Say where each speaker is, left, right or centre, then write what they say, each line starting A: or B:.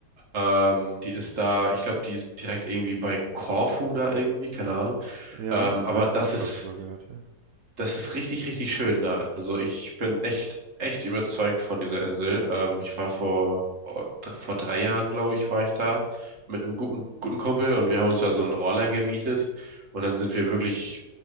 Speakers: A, on the right (about 50°); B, on the right (about 65°).
A: Ähm, die ist da, ich glaube, die ist direkt irgendwie bei Korfu da irgendwie, keine Ahnung.
B: Ja,
A: Ähm, aber
B: also
A: das
B: Koffer
A: ist
B: habe ich schon mal gehört, ja.
A: Das ist richtig, richtig schön da. Also ich bin echt, echt überzeugt von dieser Insel. Ähm, ich war vor, oh, dr- vor drei Jahren, glaube ich, war ich da mit einem guten, guten Kumpel und wir haben uns da so einen Roller gemietet und dann sind wir wirklich